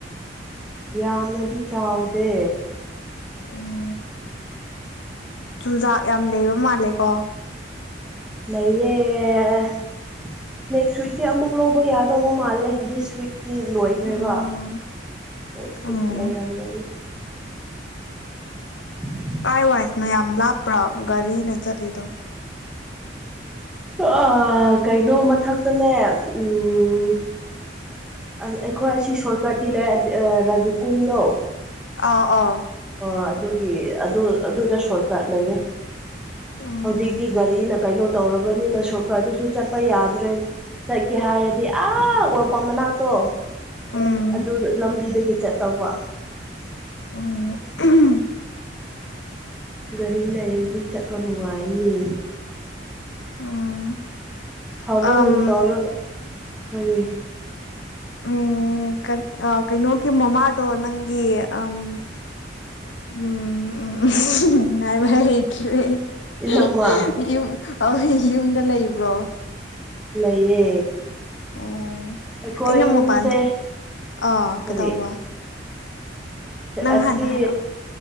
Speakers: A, in the centre; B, on the left.
A: ꯌꯥꯝꯅꯗꯤ ꯆꯥꯎꯗꯦ
B: ꯎꯝ ꯆꯨꯖꯥꯛ ꯌꯥꯝ ꯂꯩꯕ ꯃꯥꯜꯂꯦ ꯀꯣ
A: ꯂꯩꯌꯦ ꯅꯦꯛꯁ ꯋꯤꯛꯇꯤ ꯑꯃꯨꯛ ꯂꯧꯕ ꯌꯥꯗꯧꯕ ꯃꯥꯜꯂꯦ ꯗꯤꯁ ꯋꯤꯛ ꯁꯤ ꯂꯣꯏꯈ꯭ꯔꯦꯕ
B: ꯎꯝ
A: ꯑꯣ ꯁ
B: ꯎꯝ
A: ꯂꯩꯔꯝꯒꯅꯤ <unintelligible>
B: ꯀꯥꯏ ꯋꯥꯏꯗꯅꯣ ꯌꯥꯝ ꯂꯥꯞꯄ꯭ꯔꯥ ꯒꯥꯔꯤꯅ ꯆꯠꯂꯤꯗꯣ
A: ꯑꯥ ꯀꯩꯅꯣ ꯃꯊꯛꯇꯅꯦ ꯎꯝ ꯑꯁ ꯑꯩꯈꯣꯏ ꯑꯁꯤ ꯁꯣꯔꯠꯀꯠꯇꯤ ꯂꯩ ꯔꯥꯖꯨꯡ ꯀꯨꯟꯗꯣ
B: ꯑꯥꯎ ꯑꯥꯎ
A: ꯑꯣ ꯑꯗꯨꯒꯤ ꯑꯗꯨ ꯑꯗꯨꯗ ꯁꯣꯔꯠꯀꯠ ꯂꯩꯌꯦ
B: ꯎꯝ
A: ꯍꯧꯖꯤꯛꯇꯤ
B: ꯎꯝ
A: ꯒꯥꯔꯤꯅ ꯀꯩꯅꯣ ꯇꯧꯔꯕꯅꯤꯅ ꯁꯣꯔꯀ ꯑꯗꯨꯁꯨ ꯆꯠꯄ ꯌꯥꯗ꯭ꯔꯦ ꯆꯠꯀꯦ ꯍꯥꯏꯔꯗꯤ ꯑꯥ ꯑꯣꯏꯜ ꯄꯝ ꯃꯅꯥꯛꯇꯣ
B: ꯎꯝ
A: ꯑꯗꯨ ꯂꯝꯕꯤꯗꯒꯤ ꯆꯠꯇꯧꯕ
B: ꯎꯝ
A: ꯒꯥꯔꯤ ꯂꯩꯔꯗꯤ ꯆꯠꯄ ꯅꯨꯡꯉꯥꯏꯅꯤ
B: ꯎꯝ
A: ꯐꯕꯒꯨꯝꯨ
B: ꯑꯝ
A: ꯇꯧꯔꯒ ꯀꯔꯤ
B: ꯎꯝ ꯑ ꯀꯩꯅꯣꯒꯤ ꯃꯃꯥꯗꯣ ꯅꯪꯒꯤ ꯎꯝ ꯎꯝ ꯎꯝ ꯉꯥꯏꯕ ꯍꯩꯇ꯭ꯔꯦ ꯑꯩ
A: ꯏꯅꯝꯃ
B: ꯌꯨꯝ ꯌꯨꯝꯗ ꯂꯩꯕ꯭ꯔꯣ
A: ꯂꯩꯌꯦ
B: ꯎꯝ
A: ꯑꯩꯈꯣꯏ
B: ꯑꯩꯅ ꯃꯄꯥꯟ
A: ꯌꯨꯝꯁꯦ
B: ꯑꯥ
A: ꯐꯔꯤ
B: ꯀꯩꯗꯧꯕ ꯅꯪ
A: ꯑꯁꯤ
B: ꯍꯥꯟꯅ ꯍꯥꯏꯔꯛꯑꯣ